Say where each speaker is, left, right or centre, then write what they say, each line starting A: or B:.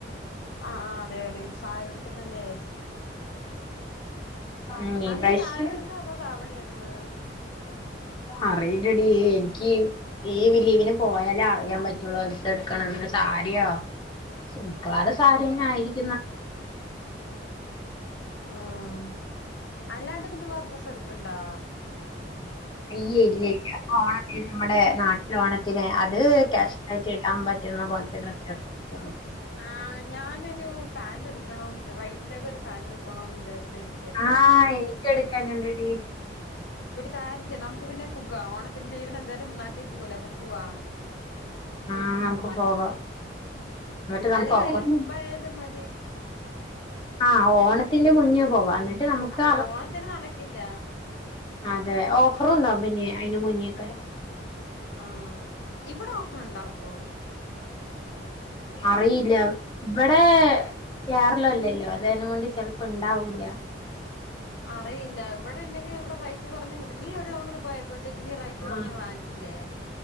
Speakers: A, on the left; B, on the left.
A: ആ അതെ അതേ സാരി ഉട്ത്ത്ട്ടന്നെ ആയിരിക്കും
B: ഉം ഈ
A: അത്
B: പ്രാവശ്യം
A: നി സാരി ഇട്ണോ അതോ ധാവണി ഇട്ണെ
B: അറയില്ലടി ഇൻക്കി ഈ വി ലീവിന് പോയാലേ അറിയാം പറ്റൊള്ളൂ എന്തട്ക്കണം സാരിയൊ മിക്കവാറും സാരിയന്ന ആയിരിക്കുന്ന
A: ആഹ് അല്ലാണ്ട് പിന്നെ വേറെ ഡ്രസ്സ് എട്ക്ക്ണ്ടാ
B: ഇല്ല്യ ഇല്ല്യ ഇല്ല്യ ഇപ്പൊ ഓണത്തിന് നമ്മുടെ നാട്ടില ഓണത്തിന് അത് ക്യാഷ്യലായിട്ട് ഇടാം പ <unintelligible> കോർച്ചെ ഡ്രസ് എടുക്കൊന്നോള്ളൂ
A: ആ ഞാനരു പാന്റ് ഇട്ക്കണം വൈറ്റിലേക്ക് ഒര് പാന്റ് ഇട്ക്കണോന്ന് വിചാരിച്ചരി
B: ആ ഇൻക്യു എട്ക്കാനുണ്ടടി
A: ഒരു കാര്യ ചെയ്‌ നമുക്ക് പിന്നെ പുക ഓണത്തിന്റെ ലീവിന് എന്തായാലും നാട്ടി പോവല്ലോ അപ്പ പുവാ
B: ആ നമുക്ക് പോവാ ന്നട്ട് നമുക്കൊപ്പം
A: അല്ലെങ്കിൽ അതിന്റെ മുമ്പായാലും മതി
B: ആ ഓണത്തിന്റെ മുന്നേ പോവാ എന്നട്ട് നമുക്ക്
A: ആഹ് ഓണത്തിന് നടക്കില്ല
B: അതെ ഓഫറുണ്ടാവും പിന്നെ അയിന് മുന്നെക്കെ
A: ആ ഇവടെ ഓഫറ് ഇണ്ടാകോ
B: അറിയില്ല ഇവടെ കേരളല്ലല്ലോ അതെനോണ്ട് ചെൽ ഇപ്പ ഇണ്ടാവൂല
A: അറിയില്ല ഇവടെ ഇണ്ടെങ്കി ഇവടെ റൈറ്റ് കോറഞ് കിട്ട് നീ ഒരു തവണ ഇത് പോയപ്പത്തേക്ക് നീ റൈറ്റ്
B: ആഹ്
A: കൊർഞ് വാങ്ങി ച്ചില്ലേ